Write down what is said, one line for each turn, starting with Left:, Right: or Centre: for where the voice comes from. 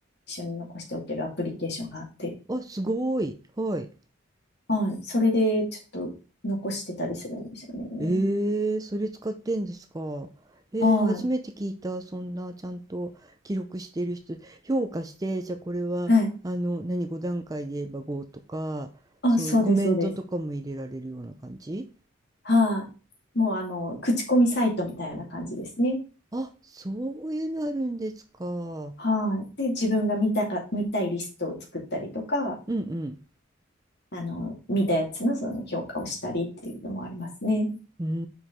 Left: 緒に残しておけるアプリケーションがあって、
Right: あ、すごい。はい。
Left: はい、それでちょっと残してたりするんですよね。
Right: ええそれ使ってんですか。ええ初めて聞いた。
Left: は
Right: そんなちゃんと記録している人、評価して、じゃあこれは、
Left: い、はい。
Right: あの、何、5段階で言えば5とか、
Left: あ、
Right: そういうコメントとかも入れられるような感じ
Left: そうです、そうです。はい。もうあの、口コミサイトみたいな感じですね。
Right: あ、そういうのあるんですか。
Left: はい。で、自分が見たか、見たいリストを作ったりとか、
Right: うんうん。
Left: あの、見たやつのその評価をしたりっていうのもありますね。
Right: うー